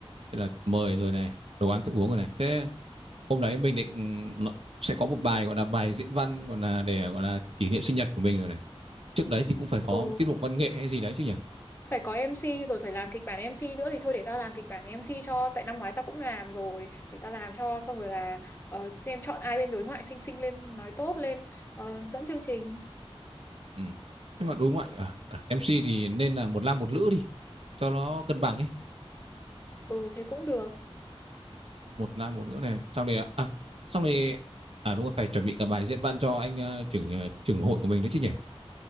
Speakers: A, on the right; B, on the left.
A: thế là mời rồi này đồ ăn thức uống rồi này thế hôm đấy mình định ừ, sẽ có một bài gọi là bài diễn văn gọi là để gọi là kỷ niệm sinh nhật của mình rồi này trước đấy thì cũng phải có
B: Ừ,
A: tiết mục văn nghệ hay gì đấy chứ nhỉ
B: phải có MC rồi phải làm kịch bản MC nữa thì thôi để tao làm kịch bản MC cho tại năm ngoái tao cũng làm rồi để tao làm cho xong rồi là ờ, xem chọn ai bên đối ngoại xinh xinh lên nói tốt lên ờ, dẫn chương trình.
A: Ờ, ừ. nhưng mà đối ngoại à, à, MC thì nên là một nam một nữ đi cho nó cân bằng ấy
B: Ừ thế cũng được.
A: một nam một nữ này xong rồi à xong rồi à đúng rồi phải chuẩn bị cả bài diễn văn cho anh ờ, trưởng ờ, trưởng hội của mình nữa chứ nhỉ